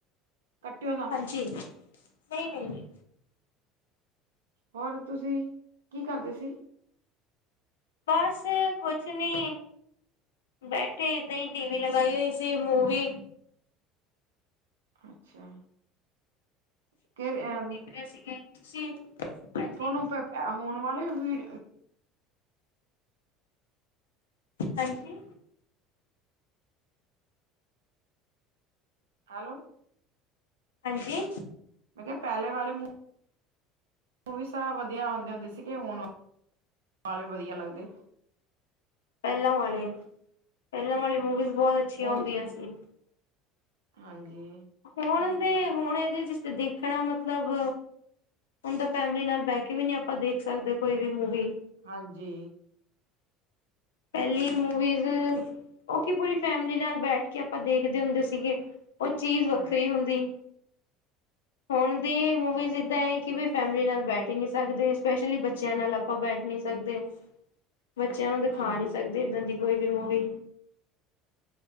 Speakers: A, on the right; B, on the left.
A: ਕੱਟਿਓ ਨਾ
B: ਜੀ ਨਹੀਂ -ਨਹੀਂ -ਨਹੀਂ
A: ਹੋਰ ਤੁਸੀਂ ਕੀ ਕਰਦੇ ਸੀ?
B: ਬਸ ਕੁਛ ਨੀ ਬੈਠੇ ਏਦਾਂ ਹੀ ਟੀਵੀ ਲਗਾਈ ਹੋਈ ਸੀ ਮੂਵੀ
A: ਅੱਛਾ <inaudible>
B: ਕਿਥੇ ਸੀਗੇ ਤੁਸੀਂ ਹਾਂਜੀ
A: ਤੁਹਾਨੂੰ ਪਤਾ ਹੋਣ ਵਾਲੇ ਵੀ
B: ਹਾਂਜੀ
A: ਹੈਲੋ
B: ਹਾਂਜੀ।
A: ਮੈਂ ਕਿਹਾ ਪਹਿਲੇ ਵਾਲੇ ਓਹੀ ਸਾਰੇ ਵਧੀਆ ਆਉਂਦੇ ਹੁੰਦੇ ਸੀਗੇ, ਹੁਣ ਵਾਲੇ ਵਧੀਆ ਲੱਗਦੇ।
B: ਪਹਿਲਾਂ ਵਾਲੇ ਪਹਿਲਾਂ ਵਾਲੀ ਮੂਵੀਜ਼ ਬਹੁਤ ਅੱਛੀਆਂ
A: ਮੂਵੀ
B: ਹੁੰਦੀਆਂ ਸੀ।
A: ਹਾਂਜੀ
B: ਹੁਣਦੇ ਹੁਣ ਇਹਦੇ ਚ ਦੇਖਣਾ ਮਤਲਬ ਹੁਣ ਤਾਂ ਫੈਮਿਲੀ ਨਾਲ ਬਹਿ ਕੇ ਵੀ ਨੀ ਆਪਾਂ ਦੇਖ ਸਕਦੇ ਕੋਈ ਵੀ ਮੂਵੀ
A: ਹਾਂਜੀ।
B: ਪਹਿਲੀ ਮੂਵੀਜ਼ ਉਹ ਕੀ ਪੂਰੀ ਫੈਮਿਲੀ ਨਾਲ ਬੈਠ ਕੇ ਆਪਾਂ ਦੇਖਦੇ ਹੁੰਦੇ ਸੀਗੇ। ਉਹ ਚੀਜ਼
A: ਹਾਂ
B: ਵੱਖਰੀ ਹੁੰਦੀ ਹੁਣ ਦੀ ਮੂਵੀਸ ਜਿੱਦਾਂ ਹੈ ਕਿ ਵੀ ਫੈਮਿਲੀ ਨਾਲ ਬੈਠ ਹੀ ਨਹੀ ਸਕਦੇ, ਸਪੈਸ਼ਲੀ ਬੱਚਿਆਂ ਨਾਲ ਆਪਾਂ ਬੈਠ ਨੀ ਸਕਦੇ।
A: <inaudible>
B: ਬੱਚਿਆਂ ਨੂੰ ਦਿਖਾ
A: ਹਾਂਜੀ
B: ਨਹੀ ਸਕਦੇ ਏਦਾਂ ਦੀ ਕੋਈ ਵੀ ਮੂਵੀ।